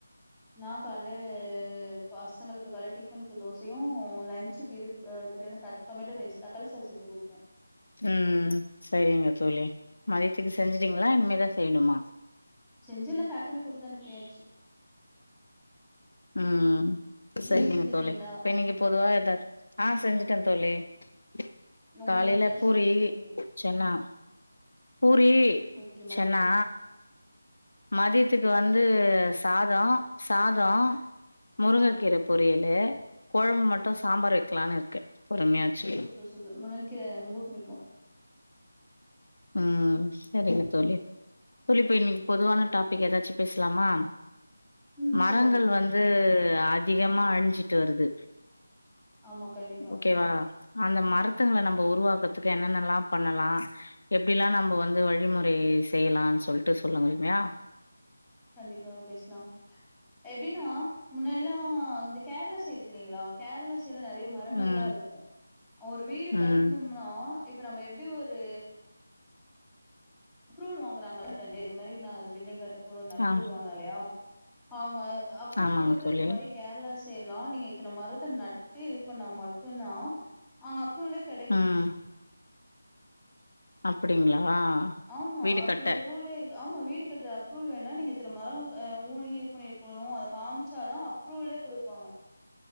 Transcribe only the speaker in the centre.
நான் கால்ல பசங்களுக்கு கால டிஃபனுக்கு தோசையும் லஞ்சுக்கு இது பிரியாணி த டொமேட்டோ ரைஸ் தக்காளி சாதம் செஞ்சு குடுத்தேன்
செஞ்சி எல்லாம் பேக் பண்ணி கொடுத்து அனுப்பியாச்சு
நீங்க செஞ்சுட்டீங்களா
உங்க
வீட்ல என்ன
ஸ்பெஷல் இன்னைக்கு
ஓகே ம
ஆ
சூப்பர் சூப்பர் முருங்கக்கீர ரொம்ப புடிக்கும்
ம்
சொல்லுங்க
ஆமா கண்டிப்பா
கண்டிப்பாக பேசலாம் எப்டினா முன்னெல்லாம் இந்த கேரளா சைடு தெரியுங்களா கேரளா சில நெறைய மரங்கள்லாம்
இருக்கும் ஒரு வீடு
கட்டணும்னா இப்ப நம்ம எப்டி ஒரு அப்ரூவல் வாங்குறாங்கல ரெண்டு இது மாரி நாங்க அந்த பில்டிங் கட்ட போறோம் அந்த அப்ரூவல்
வாங்கல்லையா ஆமா அப்ரூ
குடுக்குறதுக்கு
முன்னாடி கேரளாஸ் செய்லாம் நீங்க இத்தனை மரத்தை நட்டு இது பண்ணா மட்டும் தான் அங்க அப் ரூலே கெடைக்கும்
ஆமா
அப்படி
ஒரு ரூலே இரு ஆமா வீடு கட்டுற அப்ரூவல் வேண்ணா நீங்க இத்தனை மரம் ஆஹ் ஊனி இது பண்ணி இருக்கணும் அத காமிச்சாதான் அப்ரூவலே குடுப்பாங்க